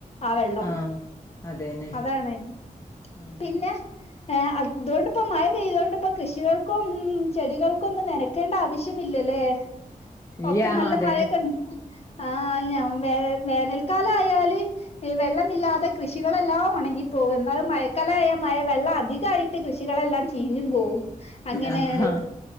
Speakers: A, on the left; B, on the left.
A: ആ വെള്ളം
B: ആഹ് അതന്നെ
A: അതാണ്
B: ആഹ്
A: പിന്നെ ഏ അട് ഇതുകൊണ്ടിപ്പോ മഴ പെയ്തോണ്ട് കൃഷികൾക്കും ഉം ചെടികൾക്കും ഒന്നും നനക്കേണ്ട ആവശ്യമില്ല ഇല്ലല്ലേ
B: ഇല്ല
A: ഒക്കെ
B: ആഹ്
A: നല്ല
B: അതന്നെ
A: മഴൊക്കെ ആ ഞാൻ വേ വേനൽക്കാലം ആയാല് വെള്ളമില്ലാതെ കൃഷികളെല്ലാം ഉണങ്ങിപ്പോകും എന്നാലും മയക്കാലമായ വെള്ളം അധികമായിട്ട് കൃഷികളെല്ലാം ചീഞ്ഞും പോവും അങ്ങനെയാണ്
B: ആഹ്